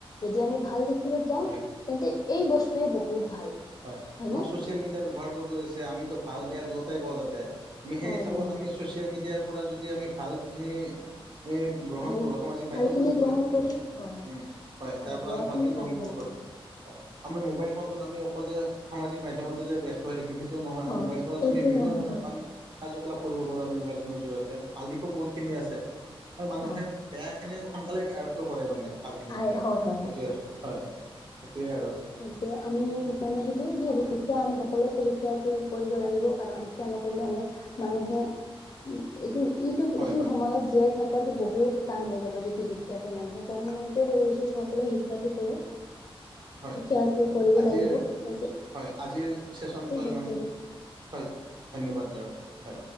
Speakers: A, on the left; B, on the right.
A: যদি আমি ভাল দিশলৈ যাওঁ
B: হয়
A: তেন্তে এই বস্তুৱে বহুত ভাল।
B: হয়,
A: হয়নে?
B: আমাক ছচিয়েল মিডিয়া ব্যৱহাৰ কৰিব দিছে আমিতো ভাল বেয়া দুয়োটাই পাওঁ তাতে। আমি সেই
A: হয়
B: হিচাপত
A: হয় হয়
B: আমি ছ'চিয়েল মিডিয়াৰ পৰা যদি আমি ভালখিনি এ গ্ৰহণ
A: ভাল
B: কৰো সামাজিক
A: ভাল
B: মাধ্যম
A: খিনি
B: বুলি
A: গ্ৰহণ
B: কয়
A: কৰি হয় হয়।
B: উম হয়
A: আৰু
B: তাৰ পৰা
A: বেয়া
B: আমি
A: খিনি
B: ভালকে গ্ৰহণ
A: এৰিব
B: কৰিব
A: লাগিব
B: পাৰো। হয়, আমাৰ মোবাইল ফোনটোত আমি অকল যে সামাজিক মাধ্যমতে যে ব্যস্ত হয় নিকি সেইটো নহয়
A: হয়
B: আমি মোবাইল ফোনত
A: এইটো
B: আমি বিভিন্ন
A: নহয়
B: ধৰণৰ
A: হয়
B: কাম কাৰ্য কলাপ কৰিব
A: হয়
B: পাৰো আমি
A: হয়
B: মোবাইল ফোনৰ জৰিয়তে, ভাল দিশো বহুতখিনি আছে আৰু মানুহে
A: হয়
B: বেয়াখিনি সোনকালে আয়ত্ব কৰে মানে ভাল খিনিতকৈ
A: আই
B: সেইটোৱে
A: হয় হয় হয়
B: হয় সেইটোৱে আৰু।
A: তেন্তে আমি মানে সেইটোয়ে যে শিক্ষা আমি সকলোৱে শিক্ষাটো কৰিব লাগিব কাৰণ শিক্ষা নকৰিলে আমি মানুহে উম এইটো ইটো
B: হয়
A: এইটো
B: হয়
A: সময়ত জীয়াই থা হয়তো বহুত টান হৈ যাব যদি শিক্ষাতো নাই সেইকাৰণেই মই এইটোয়ে ক'ব বিচাৰিছো সকলোৱে শিক্ষাটো কৰক।
B: হয়,
A: শিক্ষাটো কৰিব
B: আজিৰ
A: লাগিব তেন্তে
B: হয় আজিৰ চেচনটো
A: শেষ
B: ইমানতে
A: কৰিম
B: হয় ধন্যবাদ বাৰু। হয়